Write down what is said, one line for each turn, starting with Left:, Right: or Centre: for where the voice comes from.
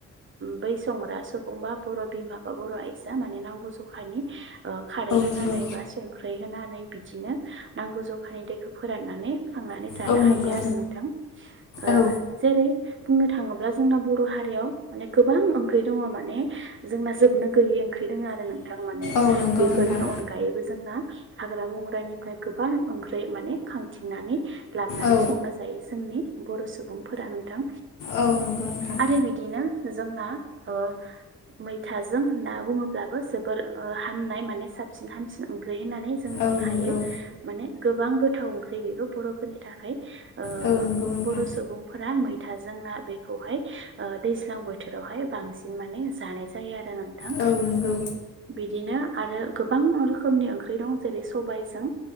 Right: बै संग्रा सुबुं बा बर' बिमा बा बर' आइजोआ मने नांगौ जखानि ओ खारै होनानै
Left: नंगौ
Right: ख्रैहोनानै बिदिनो नांगौ जखानि दैखौ फोराननानै खांनानै जानो
Left: औ नंगौ
Right: हायो आरो नोंथां ओ
Left: औ
Right: जेरै बुंनो थाङोब्ला जोंना बर' हारि याव माने गोबां ओंख्रि दङ माने जोंना जोबनो गैयिै ओंख्रि दङ आरो नों नोथां माने
Left: औ नंगौ
Right: बेफोरनि
Left: नोंथां
Right: अनगायै जोंना हाग्रा बंग्रानिफ्राय गोबां ओंख्रि माने खांथिंनानै लाबोनानै
Left: औ
Right: संना जायो जोंनि बर' सुबुंफोरा नोंथां।
Left: औ नंगौ नोंथां
Right: आरो बिदिनो जोंना ओ मैथाजों ना बुङोब्लाबो जोबोरओ हामनाय माने साबसिन हामसिन ओंख्रि होननानै जों बुंनो
Left: औ नंगौ
Right: हायो माने गोबां गोथाव ओंख्रि बेबो बर'फोरनि थाखाय। ओ
Left: औ नंगौ नोंथां
Right: बर सुबुंफोरा मैथाजों जोंना बेखौहाय ओ दैज्लां बोथोरावहाय बांसिन माने जानाय जायो आरो। नोंथां
Left: औ नंगौ
Right: बिदिनो आरो गोबां रोखोम रोखोमनि ओंख्रि दं जेरै सबायजों